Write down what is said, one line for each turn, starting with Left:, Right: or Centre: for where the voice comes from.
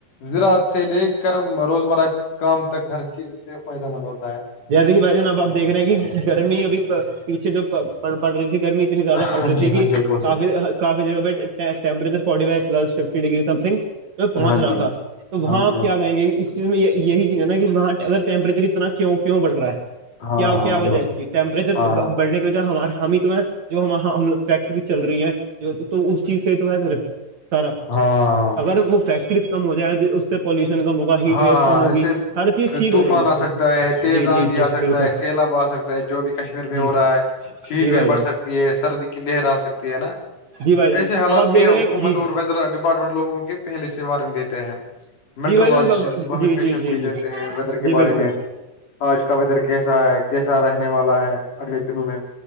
Left: زراعت سے لے کر روزمرہ کام تک ہر چیز سے فائدہ مند ہوتا ہے
Right: جیادی کی ب اب آ دیکھ رہے ہیں کہ گرمی اب پیچھے جو پڑ رہی تھی گرمی <unintelligible> اتنی زیادہ
Left: ہاں
Right: پڑ رہی تھی
Left: جی
Right: کہ
Left: ہاں جی القسی
Right: کافی کافی جگہ بٹمپریچر فورٹی فولس ففٹی ڈگری سم تھنگ پہنچ
Left: ہاں
Right: رہا
Left: جی
Right: تھا تو وہاں
Left: ہاں
Right: آپ
Left: جی ہاں
Right: کیا کہیں گے اس یہی چیز ہے نا کہ وہاں اگر ٹیمپریچر اتنا <unintelligible> کیوں کیوں بڑھ رہا ہے
Left: ہاں
Right: کیا
Left: ہاں
Right: کیا وجہ
Left: القسی
Right: اس کی ٹیمپریچر
Left: ہاں
Right: بڑھنے کی وجہ ہمار ہم ہی تو ہے جو ہماں ہموگ فیکٹری چل رہی ہے تو اس چیز سے جو ہےر <unintelligible> سرا
Left: ہاں
Right: اگر وہ فیکٹریز کم ہو جائےیں اس سے پولوشن کم ہوگا ہیٹ
Left: ہاں
Right: ویوز کم ہوگی
Left: ایسے
Right: ہر چیز ٹھیک
Left: طوفان
Right: ہو جائے گی اس
Left: آ
Right: سے
Left: سکتا ہے تیز
Right: جی
Left: آندھی
Right: جی جی
Left: آ سکتا
Right: بالکل
Left: ہے سیلاب آ سکتا ہے جو بھی کشمیر میں
Right: جی
Left: ہو رہا ہے ہیٹ
Right: جی
Left: وی
Right: بھائی جان
Left: بڑھ سکتی ہے سردی لہرا سکتی ہے نا
Right: جی بھائی جان
Left: ایسے حالات
Right: اب آپ دیکھ
Left: میں حکومت
Right: رہے ہیں کہ جی
Left: اور <unintelligible> ور ڈپارٹمنٹ لوگوں کے پہل سے وارنٹ دیتے ہیں <unintelligible>
Right: جی
Left: لج
Right: بھائی جان جی
Left: پیشنک
Right: جی جی
Left: بھی
Right: جی
Left: دیتے ہیں ویدر کے
Right: جی
Left: بارے
Right: بالکل
Left: میں <unintelligible> ہ اس کا بدر کیسا ہے کیسا رہنے والا ہے <unintelligible> دنوں میں